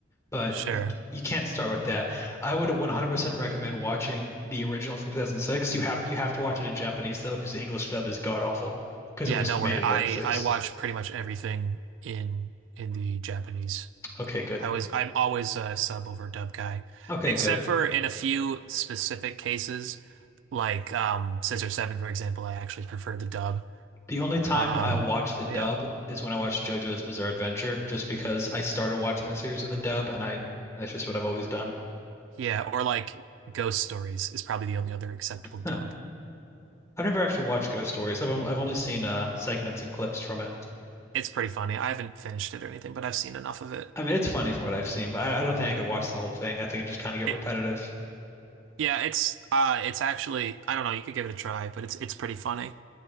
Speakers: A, on the left; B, on the right.
A: but
B: sure.
A: you you can't start with that. I would 100% recommend watching the original from 2006. You have you have to watch it in Japanese though, because the English dub is god awful because
B: Yeah,
A: it was
B: don't
A: made
B: worry.
A: in 2006.
B: I I watch pretty much everything in in the Japanese.
A: Okay, good.
B: I was I'm always a sub over dub guy,
A: Okay,
B: except
A: good.
B: for in a few specific cases, like um Scissor 7, for example, I actually prefer the dub.
A: The only time
B: Um
A: I watch the dub
B: yeah.
A: is when I watch JoJo's Bizarre Adventure, just because I started watching that series with the dub, and I that's just what I've always done.
B: Yeah, or like Ghost Stories is probably the only other acceptable dub.
A: Huh. I've never actually watched Ghost Stories. I've only, I've only seen uh, segments and clips from it.
B: It's pretty funny. I haven't finished it or anything, but I've seen enough of it.
A: I mean, it's funny from what I've seen, but I, I don't think I could watch the whole thing. I think it just kind of get
B: It
A: repetitive.
B: yeah, it's uh it's actually I don't know, you could give it a try, but it's it's pretty funny.